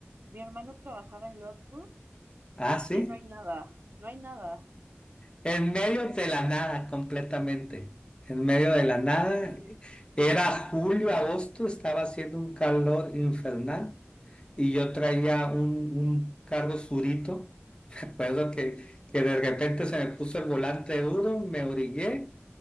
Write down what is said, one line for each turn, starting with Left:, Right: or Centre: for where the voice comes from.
Right: Mi hermano trabajaba en Lodsburg
Left: Ah,
Right: y
Left: sí.
Right: sí, no hay nada, no hay nada.
Left: En medio de la nada, completamente. En medio de la nada.
Right: Sí.
Left: Era julio, agosto, estaba haciendo un calor infernal y yo traía un, un carro surito. Recuerdo que, que de repente se me puso el volante duro, me orillé,